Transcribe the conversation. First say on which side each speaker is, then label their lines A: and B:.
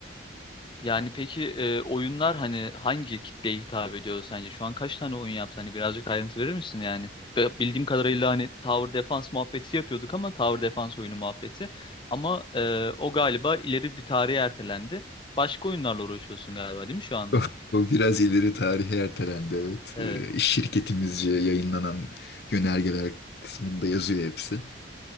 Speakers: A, on the left; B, on the left.
A: Yani peki e, oyunlar hani hangi kitleye hitap ediyor sence? Şu an kaç tane oyun yaptı? Hani birazcık ayrıntı verir misin yani? Be- Bildiğim kadarıyla hani Tower Defense muhabbeti yapıyorduk ama Tower Defense oyunu muhabbeti. Ama e, o galiba ileri bir tarihe ertelendi. Başka oyunlarla uğraşıyorsun galiba değil mi şu anda?
B: O o biraz ileri tarihe ertelendi evet.
A: Evet.
B: Ee, şirketimizce yayınlanan yönergeler kısmında yazıyor hepsi.